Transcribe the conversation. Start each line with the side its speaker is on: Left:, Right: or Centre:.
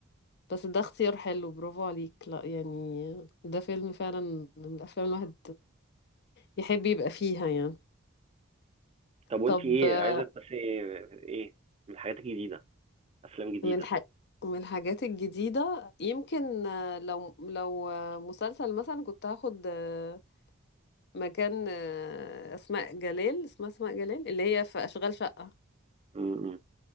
Left: بس ده اختيار حلو برافو عليك لا يعني ده فيلم فعلا من الأفلام الواحد يحب يبقى فيها يعني
Right: طب وانت
Left: طب
Right: ايه
Left: آه،
Right: عايزه تمثلي ايه ايه من حاجات جديده افلام جديده
Left: من الح... من الحاجات الجديدة يمكن آه، لو لو آه، مسلسل مثلا كنت هاخد آه، مكان آه، أسماء جلال اسمها أسماء جلال اللي هي في أشغال شقة
Right: امم